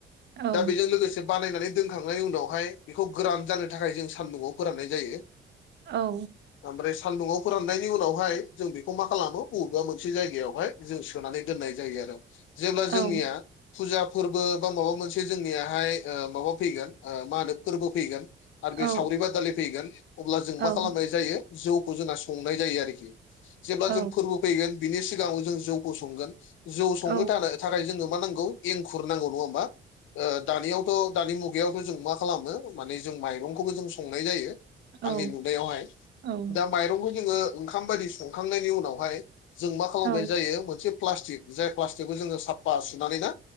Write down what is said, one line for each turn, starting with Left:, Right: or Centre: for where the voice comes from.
Right: औ
Left: दा बिजों लोगोसे बानायनानै दोनखांनायनि उनावहाय बेखौ गोरान जानो थाखाय जों सान्दुंआव फोराननाय जायो।
Right: औ।
Left: <unintelligible> सान्दुङआव फोराननायनि उनावहाय जों बेखौ मा खालामो बबेबा मोनसे जायगायावहाय जों सोनानै दोननाय जायो आरो जेब्ला जोंनिया
Right: औ
Left: फुजा फोरबो बा माबा मोनसे जोंनियाहाय माबा फैगोन ओ मा होनो फोरबो फैगोन आरो बे
Right: औ
Left: सावरि बादालि फैगोन अब्ला जों
Right: औ
Left: मा
Right: नोंथां
Left: खालामनाय जायो जौखौ जोंङा संनाय जायो आरोखि जेब्ला
Right: औ
Left: जों फोरबो फैगोन बिनि सिगाङाव जों जौखौ संगोन जौ संनो
Right: औ
Left: थाखाय थाखाय जोंनो मा नांगौ एंखुर नांगौ नङा होमबा ओ दानियावथ' दानि मुगायावथ' जों मा खालामो माने जों माइरंखौबो जों संनाय जायो
Right: औ
Left: आंनि नुनायावहाय
Right: औ
Left: दा माइरंखौ जोङो ओंखाम बायदि संखांनायनि उनावहाय जों मा खालामनाय
Right: औ
Left: जायो मोनसे प्लास्टिक जाय प्लास्टिकखौ जोङो साफा सुनानै ना